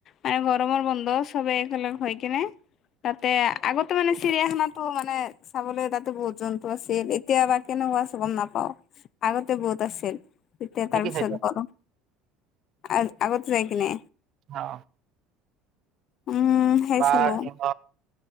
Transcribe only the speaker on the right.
কি
কি চাইছা?
অ।
বাঘ
সিংহ